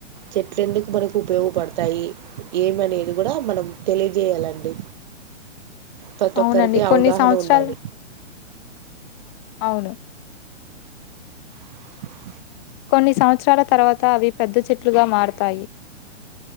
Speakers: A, on the right (about 35°); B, on the left (about 20°).
A: చెట్లు ఎందుకు మనకు ఉపయోగపడతాయి ఏమనేది కూడా మనం తెలియజేయాలండి ప్రతి
B: అవునండి
A: ఒక్కరికి
B: కొన్ని
A: అవగాహన
B: సంవత్సరాలు
A: ఉండాలి
B: అవును
A: <inaudible>
B: కొన్ని సంవత్సరాల తర్వాత అవి పెద్ద చెట్లుగా మార తాయి